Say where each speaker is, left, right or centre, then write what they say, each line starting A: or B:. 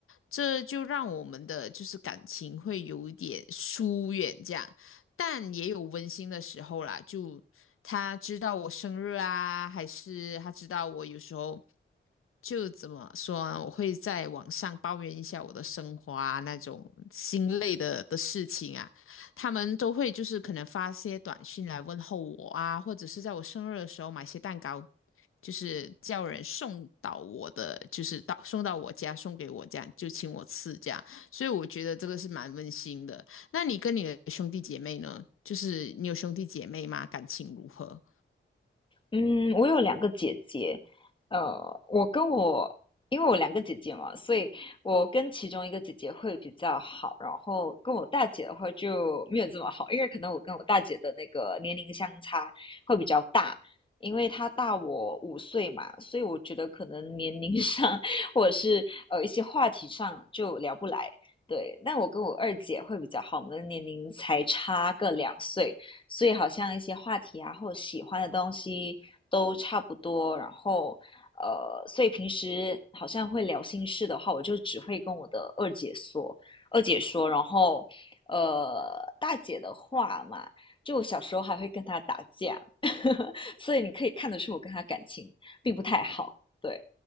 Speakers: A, on the left; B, on the left.
A: 这就让我们的就是感情会有一点疏远这样。但也有温馨的时候啦，就他知道我生日啊，还是他知道我有时候就怎么说呢，我会在网上抱怨一下我的生活啊，那种心累的的事情啊。他们都会就是可能发些短信来问候我啊，或者是在我生日的时候买些蛋糕，就是叫人送到我的，就是到送到我家送给我这样，就请我吃这样。所以我觉得这个是蛮温馨的。那你跟你的兄弟姐妹呢？就是你有兄弟姐妹吗？感情如何？
B: 嗯，我有两个姐姐，呃，我跟我，因为我两个姐姐嘛，所以我跟其中一个姐姐会比较好，然后跟我大姐的话就没有这么好，因为可能我跟我大姐的那个年龄相差会比较大，因为她大我五岁嘛，所以我觉得可能年龄上 <laughs> 或者是呃一些话题上就聊不来。对，但我跟我二姐会比较好，我们的年龄才差个两岁，所以好像一些话题啊，或者喜欢的东西都差不多。然后，呃，所以平时好像会聊心事的话，我就只会跟我的二姐说，二姐说。然后，呃，大姐的话嘛，就我小时候还会跟她打架，<laughs> 所以你可以看得出我跟她感情并不太好。对，